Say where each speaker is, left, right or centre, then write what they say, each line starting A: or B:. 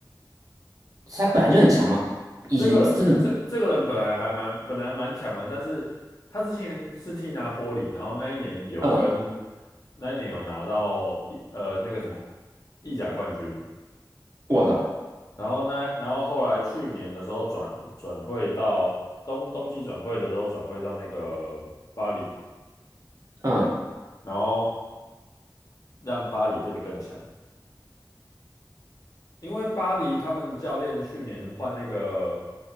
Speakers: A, on the right; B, on the left.
A: 他本来就很强吗？以前真的，
B: 这个这这个人本来还蛮本来蛮强的，但是他之前是踢拿坡里，然后那一年有跟
A: 嗯，
B: 那一年有拿到一呃那个什么意甲冠军。
A: 我操，
B: 然后呢，然后后来去年的时候转转会到冬冬季转会的时候转会到那个巴黎，
A: 嗯
B: 然后让巴黎变得更强。因为巴黎他们教练去年换那个